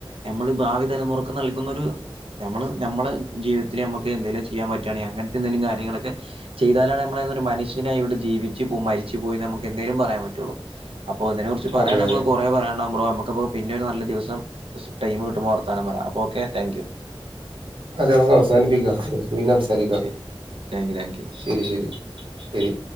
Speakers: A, on the right (about 80°); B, on the right (about 60°).
A: ഞമ്മൾ ഭാവി തലമുറക്ക് നൽകുന്നൊരു നമ്മള് ഞമ്മള് ജീവിതത്തില് നമ്മുക്ക് എന്തേലും ചെയ്യാൻ പറ്റാണെങ്കിൽ അങ്ങനത്തെ എന്തെകിലും കാര്യങ്ങളൊക്കെ ചെയ്താലാണ് നമ്മള് ഒരു മനുഷ്യനായി ഇവിടെ ജീവിച്ച് മരിച്ച് പൊയി നമുക്ക് എന്തേലും പറയാൻ പറ്റുള്ളൂ അപ്പോ ഇതിനെ കുറിച്ച് പറയാണെങ്കിൽ
B: അതെ
A: നമ്മക്ക് കുറെ പറയാനുണ്ടാവും ബ്രോ നമ്മക്ക് അത് പിന്നെ രു നല്ല ദിവസം കൊറച്ച് ടൈം കിട്ടുമ്പോവർത്താനം പറയാം അപ്പൊ ഓക്കെ താങ്ക് യു
B: അതെ നമുക്ക് അവസാനിപ്പിക്കാം പിന്നെ സംസാരിക്കാം
A: ശരി താങ്ക് യു താങ്ക് യു
B: ശരി ശരി ശരി